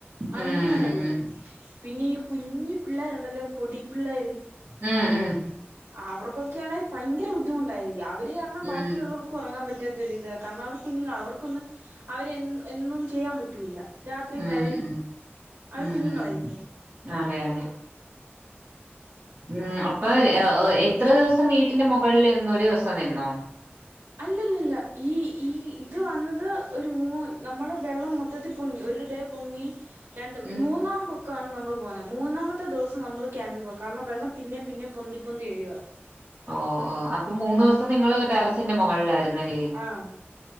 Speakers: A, on the right; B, on the right.
A: ഉം
B: അന്യായ
A: ഉം
B: കൊതുക് പിന്നെ ഈ കുഞ്ഞി പിള്ളേരുണ്ടല്ലോ പൊടി പിള്ളേര്
A: ഉം ഉം
B: അവർക്കൊക്കെയാണെ ഭയങ്കര ബുദ്ധിമുട്ടായിരിക്കും അവര് കാരണം
A: ഉം
B: ബാക്കിയുള്ളവർക്ക് ഉറങ്ങാൻ പറ്റാത്തൊരു ഇത് കാരണം അവർ കുഞ്ഞുങ്ങൾ അവർക്കൊന്ന് അവര് എന്നും ചെയ്യാൻ പറ്റൂല്ല രാത്രി
A: ഉം
B: കരയും
A: ഉം
B: അവര്
A: ഉം
B: കുഞ്ഞുങ്ങളല്ലേ
A: അതെ അതെ ഉം അപ്പൊ എത്ര ദിവസം വീട്ടിന്റെ മുകളിൽ നിന്ന് ഒരു ദിവസം നിന്നോ
B: അല്ലല്ലല്ല ഈ ഈ ഇത് വന്നത് ഒരു മൂ നമ്മള് വെള്ളം മൊത്തത്തിൽ പൊങ്ങി ഒരു ഡേ പോങ്ങി രണ്ട്
A: ഉം
B: മൂന്നാം പോ ഒക്കാണ് നമ്മൾ പോകുന്നത് മൂന്നാമത്തെ ദിവസം നമ്മൾ ക്യാമ്പിൽ പോക കാരണം വെള്ളം പിന്നേ പിന്നെ പൊന്തി പൊന്തി വരിക
A: ഓ ഓ അപ്പൊ മൂന്ന് ദിവസം നിങ്ങള് ഒരു ടെറസിന്റെ മുകളിലായിരുന്നല്ലേ
B: ആഹ്